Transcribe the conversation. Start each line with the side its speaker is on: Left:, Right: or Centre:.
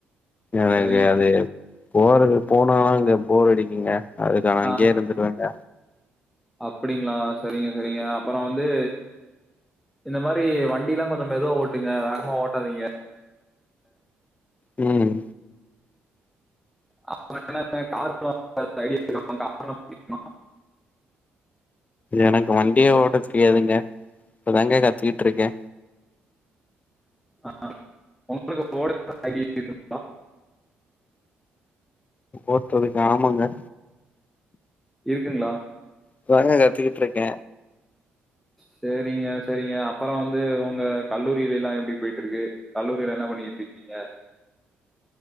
Left: எனக்கு
Centre: சரிங்க.
Left: அது போறது போனா அங்க போர் அடிக்குங்க அதுக்கு நா
Centre: அ
Left: இங்கயே இருந்துருவேங்க
Centre: அப்படிங்களா சரிங்க சரிங்க அப்பறோ வந்து இந்த மாரி வண்டில்லா கொஞ்சோ மெதுவா ஓட்டுங்க வேகமா ஓட்டாதீங்க
Left: ம்
Centre: அப்பன்னா என்ன கார் <inaudible> ஆலோ <inaudible>
Left: எனக்கு வண்டியே ஓட்ட தெரியாதுங்க இப்பதாங்க கத்துக்கிட்ருக்கே
Centre: ஆ ஒங்களுக்கு <inaudible>
Left: ஓட்றதுக்கா ஆமங்க
Centre: இருக்குங்களா
Left: இப்ப தாங்க கத்துக்கிட்ருக்கே
Centre: சேரிங்க சேரிங்க அப்பறோ வந்து ஒங்க கல்லூரிலேல்லா எப்டி போயிட்ருக்கு கல்லூரில என்னா பண்ணிகிட்டிருக்கீங்க